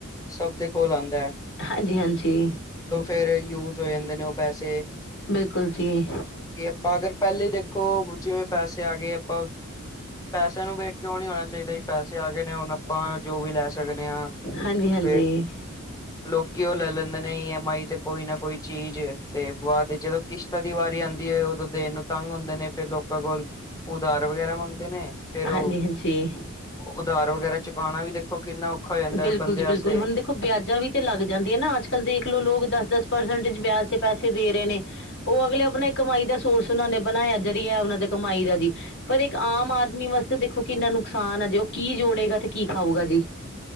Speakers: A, on the left; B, on the left.
A: ਸਭ ਦੇ ਕੋਲ ਆਂਦਾ ਐ।
B: ਹਾਂਜੀ-ਹਾਂਜੀ।
A: ਫੇਰ ਯੂਜ ਹੋ ਜਾਂਦੇ ਨੇ ਉਹ ਪੈਸੇ।
B: ਬਿਲਕੁਲ ਜੀ।
A: ਕਿ ਆਪਾਂ ਅਗਰ ਪਹਿਲੇ ਈ ਦੇਖੋ। ਜਿਵੇਂ ਪੈਸੇ ਆ ਗਏ ਆਪਾਂ, ਪੈਸਿਆਂ ਨੂੰ ਵੇਖ ਕੇ ਉਂ ਨੀਂ ਹੋਣਾ ਚਾਹੀਦਾ। ਪੈਸੇ ਆ ਗਏ ਨੇ ਹੁਣ ਆਪਾਂ ਜੋ ਵੀ ਲੈ ਸਕਦੇ ਆਂ
B: ਹਾਂਜੀ ਹਾਂਜੀ
A: ਫਿਰ ਲੋਕੀ ਓ ਲੈ-ਲੈਂਦੇ ਨੇ ਈਐਮ ਆਈ ਤੇ ਕੋਈ ਨਾ ਕੋਈ ਚੀਜ਼ ਤੇ ਬਾਅਦ ਵਿਚ ਜਦੋਂ ਕਿਸਤਾਂ। ਦੀ ਵਾਰੀ ਆਂਦੀ ਐ, ਉਦੋਂ ਦੇਣ ਨੂੰ ਤੰਗ ਹੁੰਦੇ ਨੇ ਫਿਰ ਲੋਕਾਂ ਕੋਲ ਉਧਾਰ ਵਗੈਰਾ ਮੰਗਦੇ ਨੇ। ਫਿਰ ਉਹ
B: ਹਾਂਜੀ ਹਾਂਜੀ
A: ਉਧਾਰ ਵਗੈਰਾ ਚੁਕਾਉਣਾ ਵੀ ਦੇਖੋ ਕਿੰਨਾ ਔਖਾ ਹੋ ਜਾਂਦਾ
B: ਬਿਲਕੁਲ
A: ਬੰਦੇ
B: ਜੀ ਬਿਲਕੁਲ
A: ਵਾਸਤੇ
B: ਹੁਣ ਦੇਖੋ ਵਿਆਜਾਂ ਵੀ ਤੇ ਲੱਗ ਜਾਂਦੀਆਂ ਨਾ ਅੱਜ ਕੱਲ ਦੇਖ ਲੋ ਲੋਕ ਦਸ ਦਸ ਪਰਸੈਂਟਜ ਵਿਆਜ ਤੇ ਪੈਸੇ ਦੇ ਰਹੇ ਨੇ। ਉਹ ਅਗਲੇ ਆਪਣਾ ਕਮਾਈ ਦਾ ਸੋਰਸ ਉਹਨਾਂ ਨੇ ਬਣਾਇਆ ਜ਼ਰੀਆ ਉਹਨਾਂ ਦੇ ਕਮਾਈ ਦਾ ਜੀ ਪਰ ਇੱਕ ਆਮ ਆਦਮੀ ਵਾਸਤੇ ਦੇਖੋ ਕਿੰਨਾ ਨੁਕਸਾਨ ਆ ਜੇ ਉਹ ਕੀ ਜੋੜੇਗਾ ਤੇ ਕੀ ਖਾਊਗਾ ਜੀ।